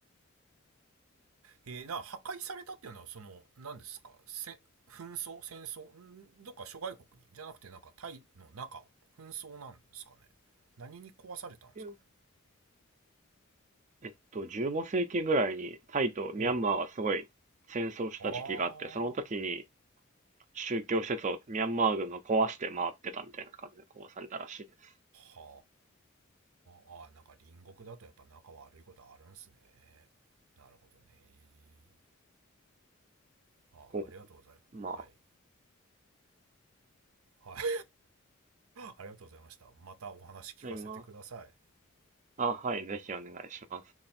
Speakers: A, on the right (about 90°); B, on the right (about 35°).
A: えー、な、破壊されたっていうのは、その、何ですか、せ、紛争戦争んどっか諸外国にじゃなくて、なんか、タイの中を、紛争なんですかね。何に壊されたんですかね。
B: いやえっと、15世紀ぐらいにタイとミャンマーがすごい戦争した時期があって、
A: おう。あー、
B: その時に宗教施設をミャンマー軍が壊して回ってたみたいな感じで壊されたらしいです。
A: はー、あー、なんか隣国だとやっぱ仲悪いことあるんすね。なるほどね。あ、
B: こう、
A: ありがとうございます。
B: ま
A: はい。はい。ありがとうございました。またお話聞かせてください。
B: あ、今、あ、はい、ぜひお願いします。